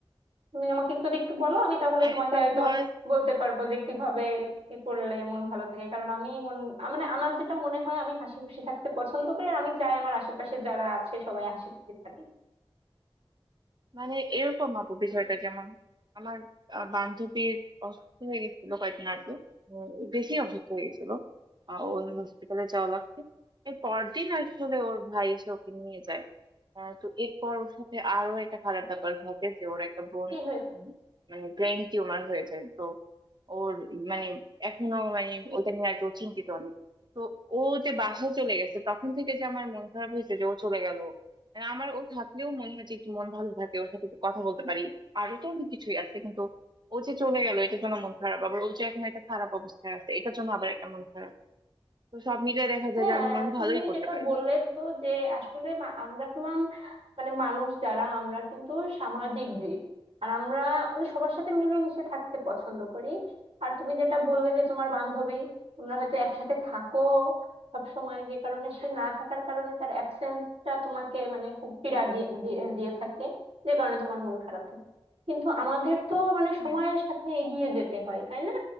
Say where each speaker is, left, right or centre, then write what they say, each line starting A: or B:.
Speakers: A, on the right; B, on the right.
A: তুমি আমাকে যদি একটু বলো আমি তাহলে
B: একটা
A: তোমাকে হয়তো
B: হয়
A: বলতে পারবো যে কিভাবে কি করলে মন ভালো থাকে কারণ আমি মন আ- মানে আমার যেটা মনে হয় আমি হাসি খুশি থাকতে পছন্দ করি আর আমি চাই আমার আশেপাশে যারা আছে সবাই হাসি খুশি থাকে
B: মানে এরকম আপু বিষয়টা যেমন আমার আহ, বান্ধবীর অসুস্থ হয়ে গেছিল কয়েকদিন আগে উম, বেশি অসুস্থ হয়ে গেছিল আহ, ওর হসপিটালে যাওয়া লাগছে এর পরদিন আসলে ওর ভাই এসে ওকে নিয়ে যায় আহ, তো এরপর ওর সাথে আরো একটা খারাপ ব্যাপার ঘটে যে ওর একটা বোন
A: কি হয়েছে?
B: উম, মানে ব্রেন টিউমার হয়ে যায় তো ওর মানে এখনো মানে ওইটা নিয়ে আর কি ও চিন্তিত অনেক তো ও যে বাসায় চলে গেছে তখন থেকে যে আমার মন খারাপ হয়েছে যে ও চলে গেল আর আমার ও থাকলেও মনে হয় যে একটু মন ভালো থাকে ওর সাথে একটু কথা বলতে পারি আরো তো অনেক কিছুই আছে কিন্তু ও যে চলে গেল এটার জন্য মন খারাপ আবার ও যে এখন একটা খারাপ অবস্থায় আছে এটার জন্য আবার একটা মন খারাপ তো সব মিলে দেখা যায়
A: হ্যাঁ
B: যে আমি মন
A: তুমি
B: ভালোই করতে
A: যেটা
B: পারিনি
A: বললে তো যে আসলে মা- আমরা হলাম মানে মানুষ যারা আমরা কিন্তু সামাজিক জীব আর আমরা মানে সবার সাথে মিলেমিশে থাকতে পছন্দ করি আর তুমি যেটা বললে যে তোমার বান্ধবী তোমরা হয়তো একসাথে থাকো সব সময় যে কারণে সে না থাকার কারণে তার অ্যাবসেন্সটা তোমাকে মানে খুব পীড়া দিয়ে দিয়ে দিয়ে থাকে যে কারণে তোমার মন খারাপ থাকে কিন্তু আমাদের তো মানে
B: হ্যাঁ
A: সময়ের সাথে এগিয়ে যেতে হয় তাই না